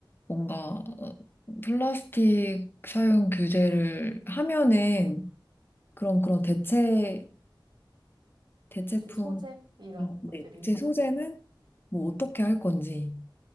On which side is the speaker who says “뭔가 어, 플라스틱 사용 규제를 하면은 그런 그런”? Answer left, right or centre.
Left